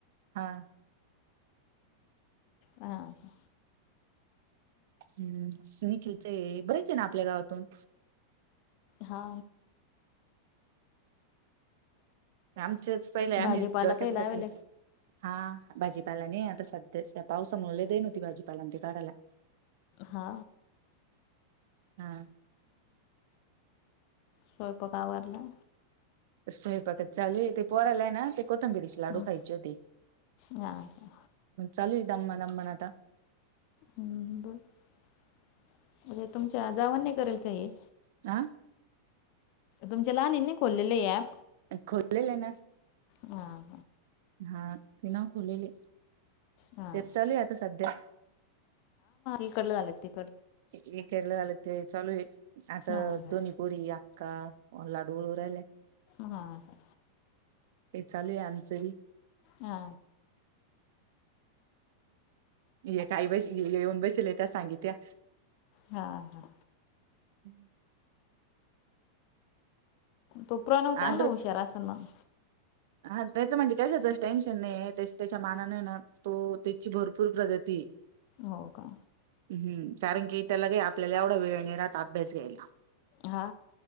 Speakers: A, on the right (about 55°); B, on the left (about 45°).
A: हा
B: हा का?
A: हं निखिलच आहे. बरेच आहे ना, आपल्या गावातून
B: हा
A: आमच्याच पहिले आम्ही
B: भाजीपाला
A: डोक्यात
B: काही लावेल
A: घेतले. हा भाजीपाला नाहीत आता स पावसामुळे द <unintelligible> ई नव्हती. भाजीपालां ते काढायला
B: हा
A: हा
B: स्वयंपाक आवरला?
A: स्वयंपाक चालू आहे, ते पोराला आहेय ना ते कोथिंबिरीचे लाडू
B: हा
A: खायचे होते.
B: का
A: चालू दमादमान आता
B: हं बर अरे तुमच्या जावां नाही करेल काही ये
A: आ?
B: तुमच्या लहानेनी खोललेले आहे ॲप?
A: खोललेले आहे ना.
B: हां
A: हा ते ना खोललेले
B: हां
A: तेच
B: हां
A: चालू आहे. आता सध्या
B: इकडल झालं ते
A: हे केलं झालं ते चालू आहे, आता
B: हां का
A: दोन्ही पोरी, आक्का लाडू वळु राहिला
B: हां का
A: काही चालू आहे आमचं बी
B: हा...
A: ये काही बसल्या येऊन बसले त्या सांगित्या
B: हा हा
A: हं
B: तो प्रणवना चांगला
A: आद्र
B: हुशारा आसन मग
A: हा त्याच म्हणजे कशस टेन्शन नाही, त्या त्याच्या मानाने ना तो त्याची भरपूर प्रगती
B: हो का?
A: हं कारण की त्याला काही आपल्याला एवढा वेळ नाही राहत अभ्यास घ्यायला.
B: हा